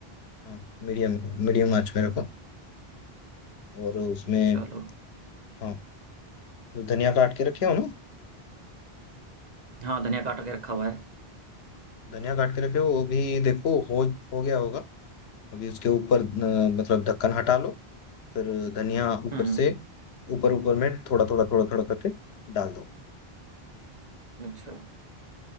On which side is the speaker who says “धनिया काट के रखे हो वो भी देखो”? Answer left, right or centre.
Left